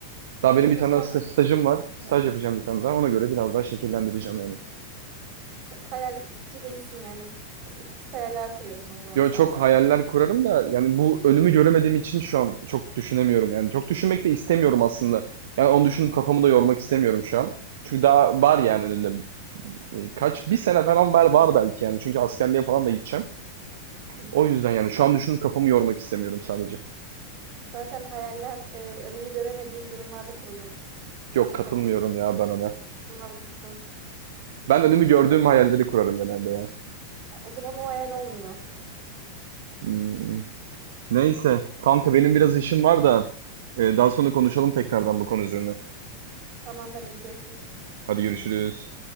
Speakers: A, on the right (about 55°); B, on the right (about 35°).
A: Daha benim
B: Ben
A: bir
B: o
A: tane
B: zaman
A: daha sta-
B: çok
A: stajım var. Staj yapacağım bir tane daha. Ona göre biraz daha şekillendireceğim yani.
B: Çok hayalci değilsin yani. Bu- Küçük hayaller kuruyorsun o zaman
A: Yo
B: sen
A: çok
B: daha.
A: hayaller kurarım da yani bu önümü göremediğim için şu an çok düşünemiyorum yani. Çok düşünmek de istemiyorum aslında. Yani onu düşünüp kafamı da yormak istemiyorum şu an. Çünkü daha var yani önünde E, kaç bir sene falan var, var belki yani. Çünkü askerliğe falan da gideceğim.
B: Hı.
A: O yüzden yani şu an düşünüp kafamı yormak istemiyorum sadece.
B: Zaten hayaller e, önünü göremediğin durumlarda kurulur.
A: Yok
B: Aklında
A: katılmıyorum
B: bulunsun,
A: ya ben ona.
B: aklında bulunsun.
A: Ben önümü gördüğüm hayalleri kurarım genelde ya.
B: O zaman o hayal olmuyor.
A: Hmm, Neyse. Kanka benim biraz işim var da e, daha sonra konuşalım tekrardan bu konu üzerine.
B: Tamamdır hadi görüşürüz.
A: Hadi görüşürüz.